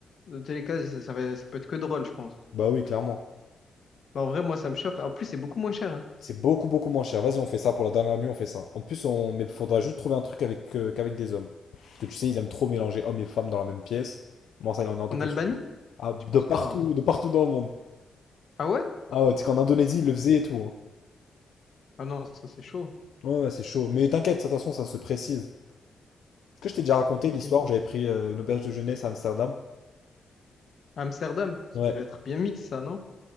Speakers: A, on the left (about 55°); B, on the left (about 75°).
A: dans tous les cas, ça, ça va, ça peut être que drôle, je pense.
B: Bah oui, clairement.
A: Bah, en vrai, moi, ça me chauffe. En plus, c'est beaucoup moins cher. hein.
B: C'est beaucoup, beaucoup moins cher. Vas-y, on fait ça pour la dernière nuit, on fait ça. En plus, on... mais faudra juste trouver un truc avec, euh, qu'avec des hommes. Parce que tu sais, ils aiment trop mélanger hommes et femmes dans la même pièce. Moi, ça, il en est hors de
A: En
B: question.
A: Albanie?
B: Ah, de
A: Je pense
B: partout,
A: pas.
B: de partout dans le monde.
A: Ah ouais?
B: Ah ouais, tu sais qu'en Indonésie, ils le faisaient et tout. hein.
A: Ah non, ça, c'est chaud.
B: Ouais, ouais, c'est chaud. Mais t'inquiète, de toute façon, ça se précise. Est-ce que je t'ai déjà raconté
A: Ok.
B: l'histoire où j'avais pris euh, une auberge de jeunesse à Amsterdam?
A: Amsterdam, ça
B: Ouais.
A: devait être bien mix, ça, non?